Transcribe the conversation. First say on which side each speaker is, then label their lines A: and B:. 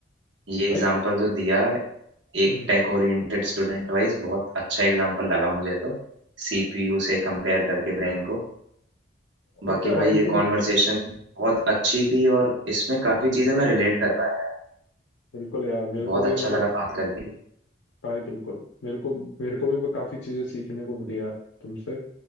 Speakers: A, on the right; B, on the left.
A: ये एग्जाम्पल
B: भाई
A: जो दिया एक
B: हम्म
A: टेक ओरिएंटेड स्टूडेंट वाइज बहुत अच्छा एग्जाम्पल लगा मुझे तो सीपीयू से कंपेयर करके ब्रेन को
B: और
A: बाकी
B: क्या भाई
A: भाई ये
B: तो
A: कॉन्वर्सेशन बहुत अच्छी
B: हम्म
A: थी और इसमें काफी
B: हम्म,
A: चीजें मैं रिलेट कर पाया यार
B: बिल्कुल यार मेरे
A: बहुत
B: को भी
A: अच्छा
B: मतलब
A: लगा बात करके
B: भाई बिल्कुल मेरे को मेरे को भी काफी चीजें सीखने को मिली यार तुमसे